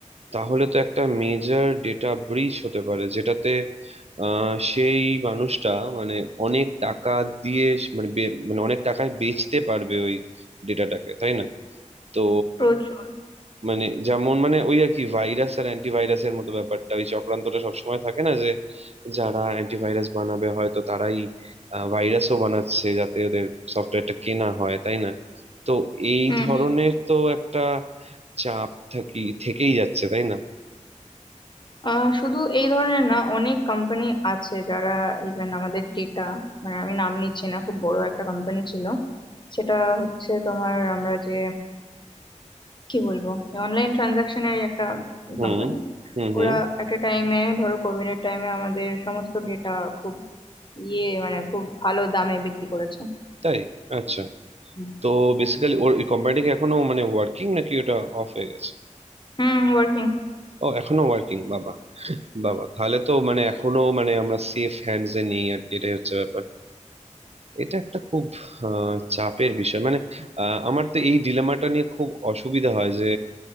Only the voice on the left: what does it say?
প্রচুর
হুম
আহ শুধু এই ধরনের না অনেক কোম্পানি আছে যারা ইভেন আমাদের ডেটা মানে আমি নাম নিচ্ছি না খুব বড় একটা কোম্পানি ছিল সেটা হচ্ছে তোমার আমরা যে কি বলবো অনলাইন ট্রানজাকশনের একটা
কোম্পানি
ওরা একটা টাইমে ধরো কোভিড এর টাইমে আমাদের সমস্ত ডেটা খুব ইয়ে মানে খুব ভালো দামে বিক্রি করেছে
হুম।
হুম ওয়ার্কিং